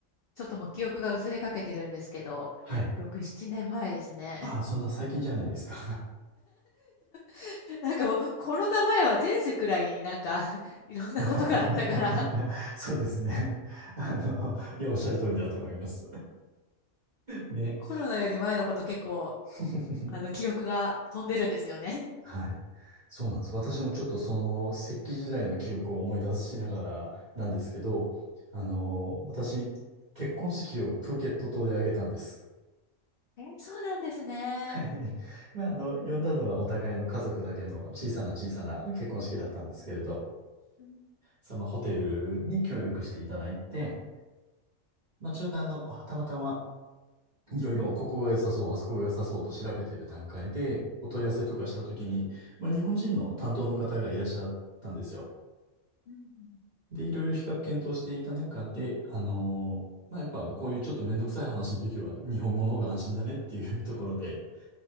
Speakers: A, on the left; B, on the right.
A: ちょっともう記憶が薄れかけてるんですけど、
B: はい。
A: 6、7年前ですね。
B: ああ、そんな最近じゃないですか。
A: <laughs> なんかもうコロナ前は前世くらいなんか <laughs> いろんなことがあったから
B: <laughs> そうですね。あの、いや、おっしゃる通りだと思います。ね。
A: コロナより前のこと結構、
B: <laughs>
A: おあの、記憶が飛んでるんですよね。
B: はい。そうなんです。私もちょっとその石器時代の記憶を思い出しながらなんですけど、あの、私、結婚式をプーケット島で挙げたんです。
A: えーそうなんですね。
B: はい。<laughs> まあ、あの、呼んだのはお互いの家族だけの小さな小さな結婚式だったんですけれど、
A: うん
B: そのホテルに協力していただいて、まあ、ちょうどあの、たまたまいろいろここが良さそう、あそこが良さそうと調べている段階で、お問い合わせとかしたときに、まあ、日本人の担当の方がいらっしゃったんですよ。
A: うんうん
B: で、いろいろ比較検討していた中で、あのまあ、やっぱこういうちょっとめんどくさい話の時は日本語の方が安心だねっていうところで、